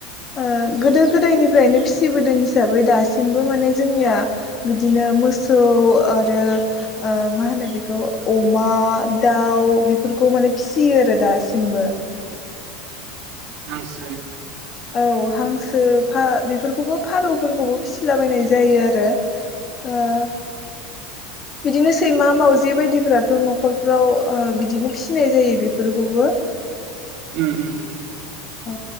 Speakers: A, on the left (about 25°); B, on the right (about 40°).
A: ओ
B: औ
A: गोदो गोदायनिफ्रायनो फिसिबोदों हिसाबै दासिमबो माने जोंनिया बिदिनो मोसौ आरो ओ मा होनो बेखौ अमा दाउ बेफोरखौ माने फिसियो आरो दासिमबो
B: हांसो
A: औ हांसो फा बेफोरखौबो फारौफोरखौबो फिसिलाबायनाय जायो आरो ओ बिदिनो सैमा मावजि बे बायदिफोराथ' न'खर फ्राव ओ बिदिनो फिसिनाय जायो बेफोरखौबो
B: उम उम उम
A: औ